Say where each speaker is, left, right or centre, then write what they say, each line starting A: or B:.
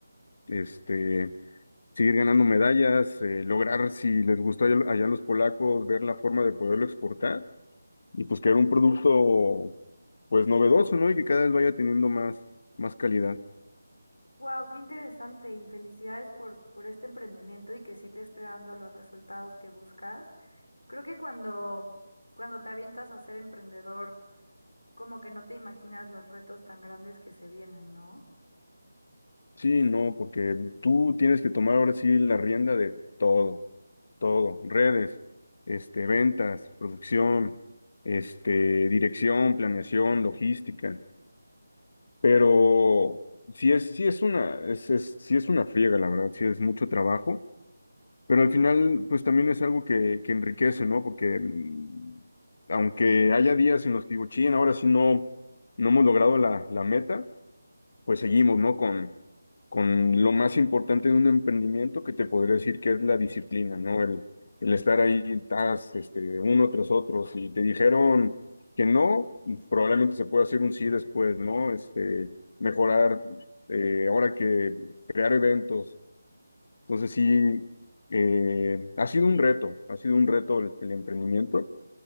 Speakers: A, on the left; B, on the left.
A: este... seguir ganando medallas, eh, lograr, si les gustó allá, allá a los polacos, ver la forma de poderlo exportar y pues crear un producto pues novedoso, ¿no? Y que cada vez vaya teniendo más, más calidad.
B: Wow, qué interesante y felicidades por, por este emprendimiento y que sí te esté dando los resultados que buscas. Creo que cuando, cuando te avientas a ser emprendedor como que no te imaginas los retos tan grandes que se vienen, ¿no?
A: Sí, no, porque tú tienes que tomar ahora sí la rienda de todo, todo, redes, este, ventas, producción, este, dirección, planeación, logística, pero sí es, sí es una, es, es, sí es una friega, la verdad, sí es mucho trabajo Pero al final, pues también es algo que, que enriquece, ¿no? Porque mm, aunque haya días en los que digo, ching, ahora sí no, no hemos logrado la, la meta, pues seguimos, ¿no? Con, con lo más importante de un emprendimiento que te podría decir que es la disciplina, ¿no? El, el estar ahí, tas, este, uno tras otro. Si te dijeron que no, probablemente se pueda hacer un sí después, ¿no? Este, mejorar, eh, ahora que crear eventos entonces sí, eh, ha sido un reto, ha sido un reto el, el emprendimiento.